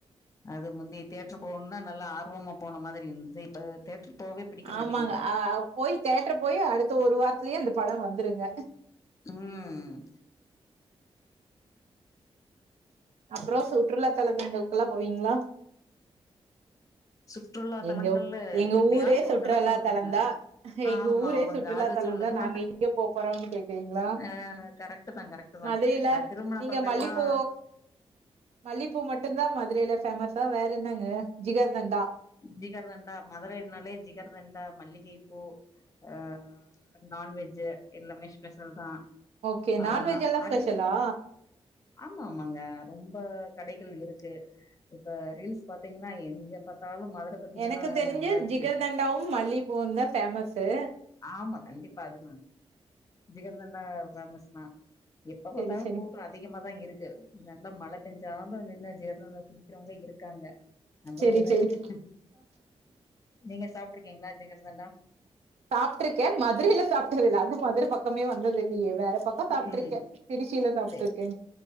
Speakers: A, on the left (about 30°); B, on the right (about 85°).
A: அது முந்தி தேட்டரு போகணும்னா நல்லா ஆர்வமா போன மாரி இருந்தது இப்ப தேட்டரு போகவே பிடிக்க
B: ஆமாங்க
A: மாட்டேங்குதே.
B: ஆ போய் தேட்டர் போய் அடுத்த ஒரு வாரத்துலயே அந்த படோ வந்துருங்க
A: ம்
B: அப்றோ சுற்றுலா தலங்களுக்குல்லா போவீங்ளா
A: சுற்றுலா தலங்கள்ளு
B: எங்க எங்க
A: எப்யாச்சு
B: ஊரே சுற்றுலா
A: ஒரு தடவ பண்ணணுங்க
B: தலந்தா எங்க
A: ஆமா
B: ஊரே
A: ஆமாங்க
B: சுற்றுலா
A: அது
B: தலந்தா
A: சொல்லுங்க
B: நாங்க எங்க போ போறோம்னு கேக்குறீங்களா
A: ஆ கரெக்ட்டு தா கரெக்ட்டு தா
B: மதுரையில
A: அ திருமண
B: நீங்க
A: பக்கல்லா
B: மல்லிப்பூ மல்லிப்பூ மட்டுந்தா மதுரைல ஃபேமஸ்ஸா வேற என்னங்க ஜிகர் தண்டா
A: ஜிகர் தண்டா மதுரைனாலே ஜிகர் தண்டா மல்லிகை பூ ஆ நான் வெஜ்ஜு எல்லாமே ஸ்பெஷல் தா
B: ஓகே
A: ஆ
B: நான்வெஜ் எல்லா ஸ்பெஷலா
A: அதிக ஆமா ஆமாங்க ரொம்ப கடைகள் இருக்கு இப்ப ரீல்ஸ் பாத்தீங்கன்னா எங்க எப்ப பத்தாலு மதுர பத்தி
B: எனக்கு
A: தான
B: தெரிஞ்ஜி
A: வருது
B: ஜிகர்தண்டாவு மல்லிப்பூவு தா பேஃமஸ்சு
A: ஆமா கண்டிப்பா அது ஜிகர் தண்டா பேமஸ் தா எப்ப பாத்தாலு
B: செரி செரி
A: கூட்டோ அதிகம தா இருக்கு நல்லா மழ பெஞ்சாலு நின்னு ஜிகர் தண்டா குடிக்கிறவங்க இருக்காங்க அந்த
B: செரி
A: மாதிரிதா
B: செரி
A: இருக்கு நீங்க சாப்டு இருக்கீங்களா ஜிகிர்தண்டா
B: சாப்ருக்கே மதுரையில சாப்டது இல்ல அது மதுர பக்கமே வந்தது இல்லையே வேற பக் இப்ப சாப்ட்ருக்கே
A: ம்
B: திருச்சியில சாப்ட்டுருக்கே
A: சேரி